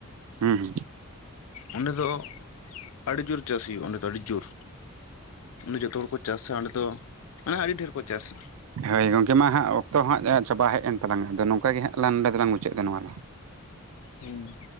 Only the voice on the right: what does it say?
ᱦᱮᱸ
ᱦᱟᱸᱭ ᱜᱚᱝᱠᱮ ᱢᱟ ᱦᱟᱸᱜ ᱚᱠᱛᱚ ᱦᱟᱸᱜ ᱪᱟᱵᱟ ᱦᱮᱜ ᱮᱱ ᱛᱟᱞᱝᱟ ᱟᱫᱚ ᱱᱚᱝᱠᱟ ᱜᱮ ᱦᱟᱸᱜ ᱞᱟᱝ ᱱᱚᱸᱰᱮ ᱫᱚᱞᱟᱝ ᱢᱩᱪᱟᱹᱫ ᱫᱟ ᱱᱚᱣᱟ ᱫᱚ᱾